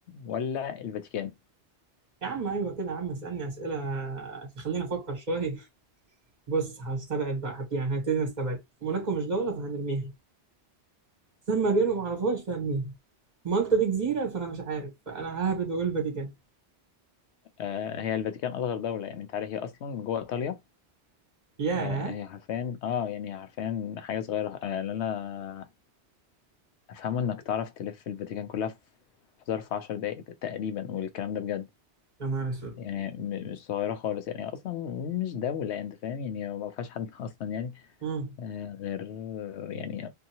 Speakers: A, on the left (about 75°); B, on the right (about 40°).
A: ولا الفاتيكان
B: يا عم ايوه كده يا عم اسالني اسئله تخليني افكر شويه بص هستبعد بقى هب- يعني هبتدي نستبعد موناكو مش دوله فهنرميها سان مارينو ما اعرفهاش فهرميها مالطا دي جزيره فانا مش عارف فانا ههبد واقول فاتيكان
A: آه هي الفاتيكان اصغر دولة يعني انت عارف هي اصلا جوه ايطاليا
B: ياه
A: آه هي حرفيا اه يعني هي حرفيا حاجة صغيرة آه لا لا افهمه انك تعرف تلف الفاتيكان كلها في في ظرف عشر دقايق تقريبا والكلام ده بجد
B: يا نهار اسود
A: يعني م- مش صغيرة خالص يعني أصلا مش دولة أنت فاهم يعني ما فيهاش حد <laughs> أصلا يعني
B: امم
A: آه، غير يعني